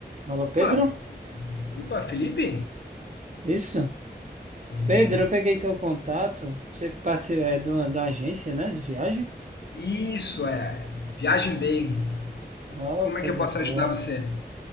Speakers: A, on the right; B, on the left.
A: Alô,
B: Fala,
A: Pedro?
B: opa, Felipe?
A: Isso.
B: Tudo
A: Pedro,
B: bem?
A: eu peguei teu contato. Você parte é, do- da agência, né, de viagens?
B: Isso, é. Viagem bem.
A: Oh,
B: Como é
A: coisa
B: que eu posso
A: boa.
B: ajudar você?